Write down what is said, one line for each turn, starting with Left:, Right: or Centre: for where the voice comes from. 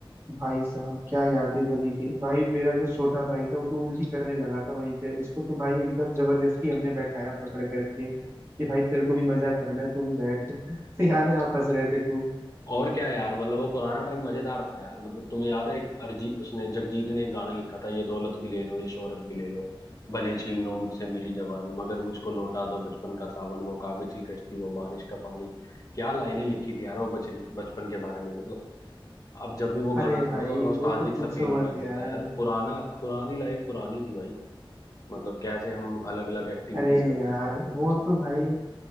Right: भाई साहब क्या यादें बनी थी भाई मेरा जो छोटा भाई था वो तो उल्टी करने लगा था वहीं पे उसको तो भाई एकदम जबरदस्ती हमने बैठाया पकड़ करके कि भाई तेरे को भी मजा करना है तू भी बैठ <laughs> तो याद है आप हंस रहे थे खूब
Left: और क्या है यार मतलब वो पुराना टाइम मजेदार था यार मतलब तुम्हें याद है एक अरिजीत उसने जगजीत ने एक गाना लिखा था ये दौलत भी ले लो ये शोहरत भी ले लो भले छीन लो मुझसे मेरी जवानी मगर मुझको लौटा दो बचपन का सावन वो कागज की कश्ती वो बारिश का पानी क्या लाइनें लिखी थी यार वो बच बचपन के बारे में मतलब अब जब भी वो गाना
Right: अरे
Left: सुनो
Right: भाई
Left: तो नॉस्टैल्जिक
Right: वो तो पूछो
Left: सा फील होने
Right: मत
Left: लग
Right: यार
Left: जाता है यार पुराना पुरानी लाइफ पुरानी थी भाई मतलब कैसे हम अलग अलग एक्टिविटीज
Right: अरे
Left: करते
Right: यार
Left: थे यार
Right: वो तो भाई